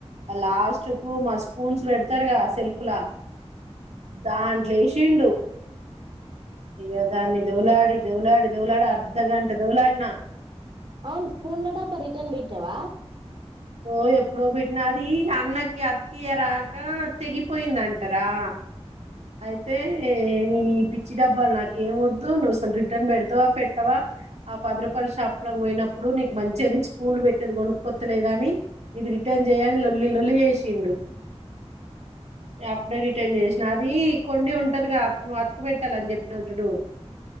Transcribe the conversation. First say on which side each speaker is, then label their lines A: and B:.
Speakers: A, on the right (about 75°); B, on the right (about 45°).
A: లాస్ట్ కు మా స్పూన్స్ పెడతారు కద ఆ సెల్ఫ్ లా దాన్ లే షిండు ఇదే దాన్ని దౌలాడి దౌలాడి దౌలాడి అర్ధఘంట దౌలాడి నా
B: అవును స్కూల్ డబ్బా రిటర్న్ బట్టి టవా
A: ఓ ఎప్పుడో బెట్టిన అది అన్నకి అతికియరాక తెగిపోయిందంటారా అయితే ఈ పిచ్చి డబ్బాలు నాక ఏమొద్దు నువ్వు అసలు రిటర్న్ పెడతావా పెట్టావా ఆ పదరూపాయల షాప్ లో పోయినప్పుడు నీకు మంచిగాని స్పూలు పెట్టేది కొనుకుపోత్తలేగాని ఇది రిటర్న్ చేయని లొల్లి లొల్లి చేసిండు ఇగ అప్పుడే రిటర్న్ చేసి అవి కొన్ని ఉంటదిగా నువు అతుకు పెట్టాల అని చెప్పినవు జుడు